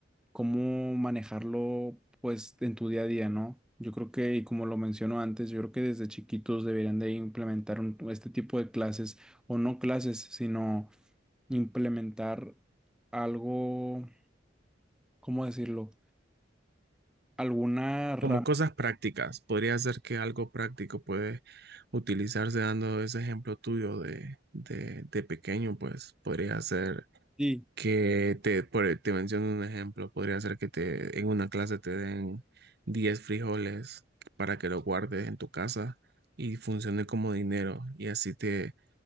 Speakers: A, in the centre; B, on the right.
A: cómo manejarlo pues en tu día a día, ¿no? Yo creo que, y como lo menciono antes, yo creo que desde chiquitos deberían de implementar un- este tipo de clases, o no clases, sino implementar algo, ¿cómo decirlo? Alguna rama.
B: Como cosas prácticas, podría ser que algo práctico puede utilizarse dando ese ejemplo tuyo de, de, de pequeño, pues podría ser
A: Sí,
B: que te, por- te menciono un ejemplo, podría ser que te, en una clase te den 10 frijoles para que lo guardes en tu casa y funcione como dinero y así te,